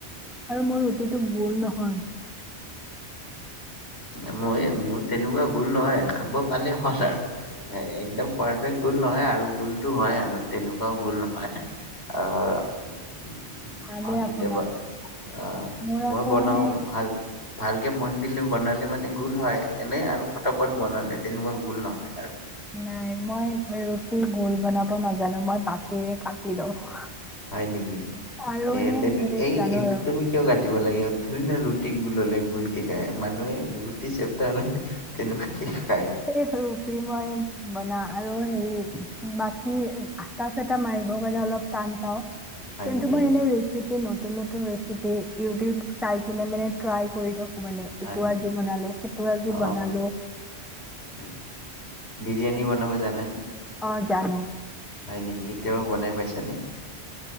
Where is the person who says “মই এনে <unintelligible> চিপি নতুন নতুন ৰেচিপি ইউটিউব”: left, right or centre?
Centre